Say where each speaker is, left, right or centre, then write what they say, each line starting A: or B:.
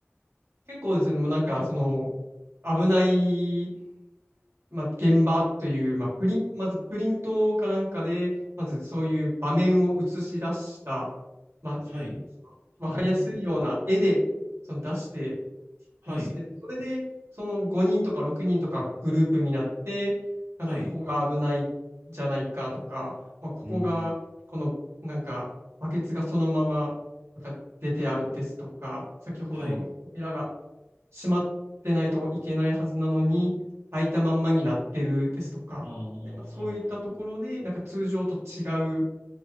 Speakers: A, on the right (about 70°); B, on the right (about 85°).
A: 結構ですね、もうなんか、その、危ないまあ、現場という、まあ、プリン、まずプリントかなんかで、まずそういう場面を映し出した、まあ、そのわかりやすいような絵で、
B: はい。ああ、
A: その出して
B: はい。
A: まあして、それで、その5人とか6人とかグループになって、なんかここが危ないじゃないかとか、
B: はい。
A: まあ、ここが、
B: うん。
A: この、なんか、バケツがそのまま、なんか出てあるですとか、先ほど扉が
B: はい。
A: 閉まってないといけないはずなのに、空いたまんまになってるですとか、
B: ああ、
A: で、まあ、そういったところで、なんか通常と違う、